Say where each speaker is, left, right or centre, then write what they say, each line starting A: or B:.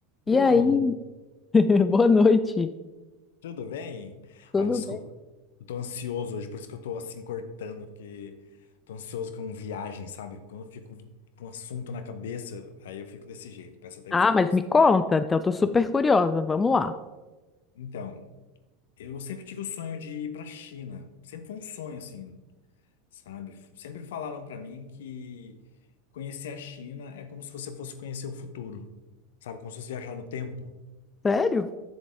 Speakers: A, on the left; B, on the left.
A: E
B: Boa
A: aí?
B: noite,
A: <laughs> Boa noite.
B: tudo bem?
A: Tudo
B: Ah, desculpa,
A: bem?
B: eu tô ansioso hoje, por isso que eu tô assim cortando, porque tô ansioso com viagem, sabe? Quando eu fico com um assunto na cabeça, aí eu fico desse jeito, peço até
A: Ah,
B: desculpas.
A: mas me conta, então tô super curiosa. Vamos lá.
B: Então, eu sempre tive o sonho de ir pra China, sempre foi um sonho assim, sabe? F- Sempre falaram pra mim que conhecer a China é como se você fosse conhecer o futuro, sabe? Como se fosse viajar no tempo.
A: Sério?